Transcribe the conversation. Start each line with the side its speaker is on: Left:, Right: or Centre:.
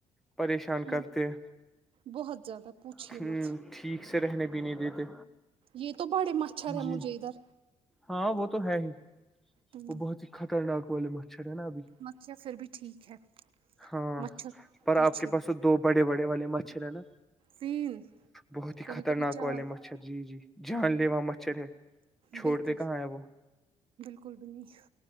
Centre: پریشان
Right: ہوں
Centre: کرتے ہیں
Right: بہت زیادہ پوچھیے
Centre: ہ
Right: مت
Centre: ٹھیک سے رہنے بھی نہیں دیتے
Right: یہ تو بڑے مچھر ہے
Centre: جی
Right: مجھے ادھر
Centre: ہاں وہ تو ہے ہی
Right: ہوں
Centre: وہ بہت ہی خطرناک والے مچھر ہے نا ابھی
Right: مچھر پھر بھی ٹھیک ہے
Centre: ہاں
Right: مچھر
Centre: پر
Right: پوچھ
Centre: آپ کے پاس تو دو بڑے بڑے والے مچھر ہیں نا
Right: تین
Centre: بہت ہی
Right: کبھی
Centre: خطرناک
Right: کبھی چار
Centre: والے مچ ھر جی جی جان لیوا مچھر ہے چھوڑتے
Right: بالکل
Centre: کہاں ہے وہ
Right: بالکل بھی نہیں